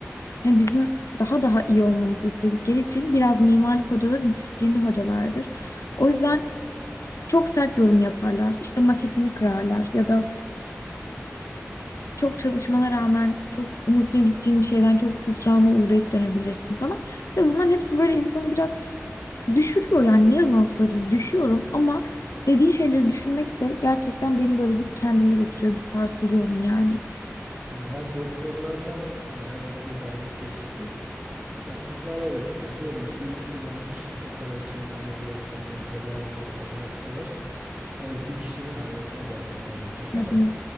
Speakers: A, on the left; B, on the right.
A: yani bizim daha daha iyi olmamızı istedikleri için biraz mimarlık hocaları disiplinli hocalardır. O yüzden çok sert yorum yaparlar. İşte maketini kırarlar ya da çok çalışmana rağmen çok umutlu gittiğin bir şeyden çok hüsrana uğrayıp dönebilirsin falan. Tabii bunların hepsi böyle insanı biraz düşürüyor yani ne yalan söyleyeyim düşüyorum ama dediğin şeyleri düşünmek de gerçekten beni böyle bir kendime getiriyor bir sarsılıyorum yani.
B: E, Hem doktorlardan e, herhalde bir bahis geçti. Yani onlar evet diyelim ki bir yanlış operasyon, ameliyat, ne bileyim tedavi vesaire yapsalar Evet bir kişinin hayatına belki mal olacak
A: Hı
B: ama
A: hı.